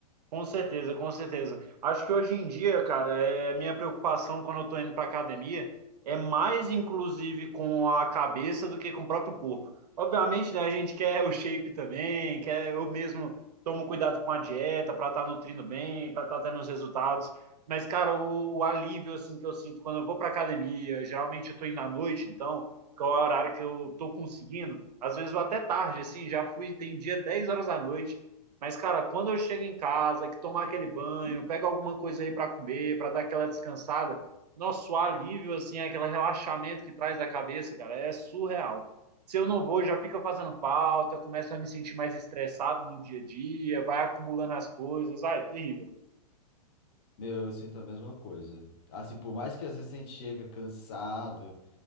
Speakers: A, on the right; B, on the left.
A: Com certeza, com certeza. Acho que hoje em dia, cara, é minha preocupação quando eu tô indo pra academia é mais inclusive com a cabeça do que com o próprio corpo. Obviamente, né, a gente quer o shape também, quer eu mesmo tomo cuidado com a dieta para estar nutrindo bem, para estar tendo os resultados. Mas, cara, o, o alívio assim que eu sinto quando eu vou pra academia, geralmente eu tô indo à noite, então, que é o horário que eu tô conseguindo, às vezes vou até tarde assim, já fui, tem dia 10 horas da noite. Mas, cara, quando eu chego em casa, que tomar aquele banho, pego alguma coisa ali para comer, para dar aquela descansada, nosso alívio, assim, é aquele relaxamento que traz da cabeça, cara, é surreal. Se eu não vou, já fica fazendo falta, começo a me sentir mais estressado no dia a dia, vai acumulando as coisas, ah, é terrível.
B: Meu, eu sinto a mesma coisa. Assim, por mais que às vezes a gente chega cansado.